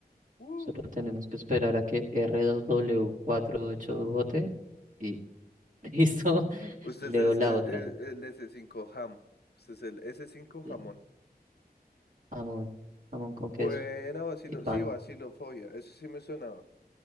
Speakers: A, on the left; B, on the right.
A: Uh.
B: Solo tenemos que esperar a que r 2 w cuatro ocho vote y <laughs> listo,
A: Usted
B: leo
A: es,
B: la
A: es- es-
B: otra.
A: el S5 ham. Usted es el s cinco jamón.
B: Bien. Jamón, jamón con
A: Buena
B: queso
A: vacilo,
B: y pan.
A: sí, vacilofobia, eso sí me sonaba.